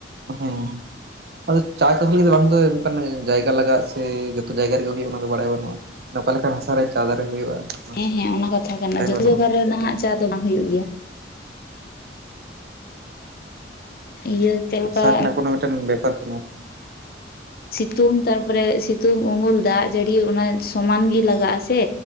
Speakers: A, on the right; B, on the left.
A: ᱦᱮᱸ ᱟᱫᱚ ᱪᱟ ᱪᱟᱥ ᱞᱟᱹᱜᱤᱫ ᱵᱟᱝ ᱫᱚ ᱡᱟᱭᱜᱟ ᱞᱟᱜᱟᱜ ᱥᱮ ᱡᱚᱛᱚ ᱡᱟᱭᱜᱟ ᱨᱮᱜᱮ ᱦᱳᱭᱳᱜᱼᱟ ᱚᱱᱟ ᱫᱚ ᱵᱟᱲᱟᱭ ᱵᱟᱱᱩᱜᱼᱟ, ᱚᱠᱟ ᱞᱮᱠᱟᱱ ᱦᱟᱥᱟ ᱨᱮ ᱪᱟ ᱫᱟᱨᱮ ᱦᱩᱭᱩᱜᱼᱟ ᱚᱱᱟ
B: ᱦᱮᱸ
A: ᱠᱚ
B: ᱦᱮᱸ ᱚᱱᱟ ᱠᱟᱛᱷᱟ ᱠᱟᱱᱟ
A: ᱵᱟᱰᱟᱭ
B: ᱡᱚᱛᱚ
A: ᱵᱟᱹᱱᱩᱜᱼᱟ᱾
B: ᱡᱟᱭᱜᱟ ᱨᱮ ᱱᱟᱦᱟᱜ ᱪᱟ ᱫᱚ ᱵᱟᱝ ᱦᱩᱭᱩᱜ ᱜᱮᱭᱟ᱾ ᱤᱭᱟᱹ ᱪᱮᱫ ᱞᱮᱠᱟ
A: ᱦᱟᱥᱟ ᱨᱮᱱᱟᱜ ᱠᱳᱱᱳ ᱢᱤᱫᱴᱮᱱ ᱵᱮᱯᱟᱨ ᱢᱮᱱᱟᱜ-ᱟ ᱾
B: ᱥᱤᱛᱩᱝ ᱛᱟᱨᱯᱚᱨᱮ ᱥᱤᱛᱩᱝ, ᱩᱢᱩᱞ, ᱫᱟᱜ ᱡᱟᱲᱤ, ᱚᱱᱟ ᱥᱚᱢᱟᱱ ᱜᱮ ᱞᱟᱜᱟᱜ ᱟᱥᱮ᱾